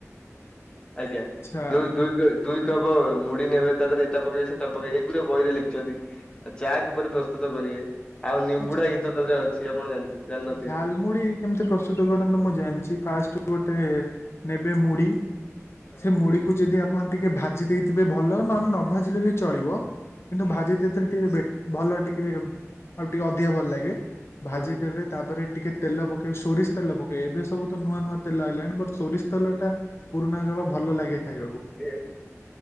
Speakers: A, on the left (about 20°); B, on the left (about 55°).
A: ଆଜ୍ଞା
B: ଆଚ୍ଛା
A: ଦୁଇ ଦୁଇ ଦୁଇ କପ୍ ମୁଢୀ ନେବେ ତାଦେହରେ ଏଟା ପକେଇବେ ସେଟା ପକେଇବେ ଏଗୁରା ବହିରେ ଲେଖିଛନ୍ତି। ଚା କିପରି ପ୍ରସ୍ତୁତ କରିବେ ଆଉ ନିମ୍ବୁଡା
B: ଆଚ୍ଛା
A: ଗୀତ ତ ଅଛି ଆପଣ ଜାଣି-ଜାଣିନଥିବେ।
B: ଝାଲମୁଢ଼ି କେମିତି ପ୍ରସ୍ତୁତ କରନ୍ତୁ ମୁଁ ଜାଣିଛି ଫାଷ୍ଟ୍ ଗୋଟେ ନେବେ ମୁଢ଼ି
A: ହଁ,
B: ସେ ମୁଢ଼ିକୁ ଯଦି ଆପ ଆପଣ ଟିକିଏ ଭାଜି ଦେଇଥିବେ ଭଲ ନହେଲେ ନ ଭାଜିଲେ ବି ଚଳିବ। କିନ୍ତୁ ଭାଜି ଦେଇଥିଥିଲେ ଟିକେ ବିଟ୍ ଭଲ ଟିକେ ଆଉ ଟିକେ ଅଧିକା ଭଲ ଲାଗେ ଭାଜିଦେବେ
A: ହୁଁ
B: ତାପରେ ଟିକେ ତେଲ ପକେଇବେ ସୋରିଷ୍ ତେଲ ପକେଇବେ ଏବେ ସବୁ ତ ନୂଆ ନୂଆ ତେଲ ଆଇଲାଣି ବଟ୍ ସୋରିଷ୍ ତେଲ ଟା ପୁରୁଣା ଜଳ ଭଲ ଲାଗେ ଖାଇବାକୁ
A: ଏ-